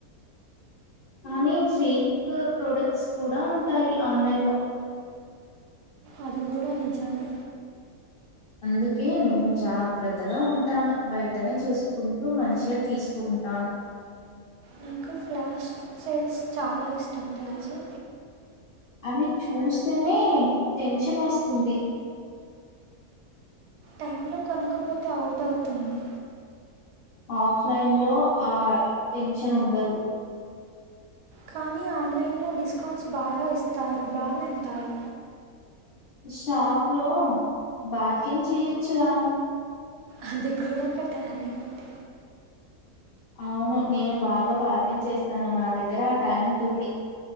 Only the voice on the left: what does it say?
కానీ ఫేక్ ప్రొడక్ట్స్ కూడా ఉంటాయి ఆన్లైన్ లో
అందుకే నేను జాగ్రత్తగా ఉంటాను బయటనే చూసుకుంటూ మంచిగా తీసుకుంటాను
అవి చూస్తేనే టెన్షన్ వస్తుంది
ఆఫ్లైన్ లో ఆ టెన్షన్ ఉండదు
షాప్ లో బార్గెన్ చేయచ్చురా
అవును నేను బాగా బార్గెన్ చేస్తాను నా దగ్గర ఆ టాలెంట్ ఉంది